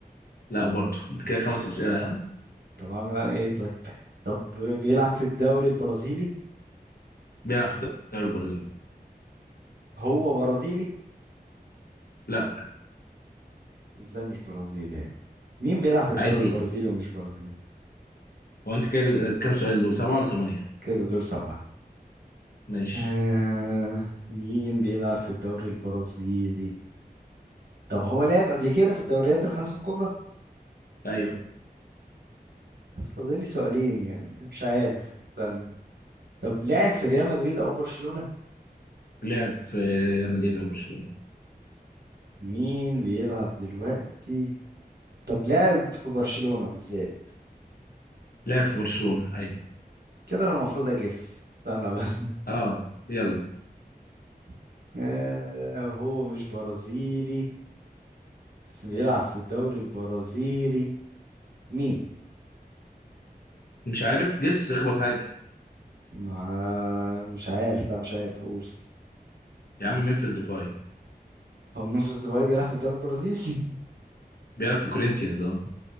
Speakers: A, on the left (about 70°); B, on the right (about 85°).
A: لا برضه انت كده خمس اسئله ها؟
B: طب اعمل انا ايه طيب طب بيلعب في الدوري البرازيلي
A: بيلعب في الدوري البرازيلي
B: هو برازيلي
A: لا
B: ازاي مش برازيلي يعني مين بيلعب في الدوري
A: عادي
B: البرازيلي ومش برازيلي
A: هو انت كده كام سؤال دول سبعه ولا ثمانيه
B: كده دول سبعة
A: ماشي
B: آه مين بيلعب في الدوري البرازيلي طب هو لعب قبل كده في الدوريات الخمسة الكبرى
A: ايوه
B: فاضل لي سؤالين يعني مش عارف استنى طب لعب في ريال مدريد او برشلونة
A: لعب في ريال مدريد او برشلونه
B: مين بيلعب دلوقتي طب لعب في برشلونة بالذات
A: لعب في برشلونه ايوه
B: كده انا المفروض اجس استنى بس
A: اه يلا
B: <laughs> آه، هو مش برازيلي بس بيلعب في الدوري البرازيلي مين
A: مش عارف جس اخبط حاجه
B: ما مش عارف لا مش عارف قول
A: يا عم ممفيس ديباي
B: هو منفذ ديباي بيلعب في الدوري البرازيلي <laughs>
A: بيلعب في كورinthians اه